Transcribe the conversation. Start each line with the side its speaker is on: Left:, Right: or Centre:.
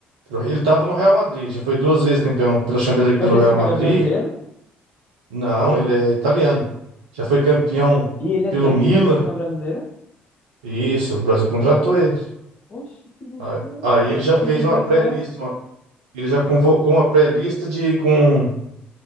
Right: Ele estava no Real Madrid, já foi duas vezes campeão pela Champions League
Left: Mas
Right: pelo
Left: esse
Right: Real
Left: cara
Right: Madrid.
Left: é brasileiro
Right: Não, ele é italiano. Já foi campeão
Left: e ele
Right: pelo
Left: é técnico
Right: Milan.
Left: da seleção brasileira?
Right: Isso, o Brasil contratou ele.
Left: Oxe, que loucura,
Right: A- Aí
Left: cara.
Right: ele já fez
Left: Pensei
Right: uma
Left: que era
Right: pré-lista,
Left: só,
Right: uma- ele já convocou uma pré-lista de com,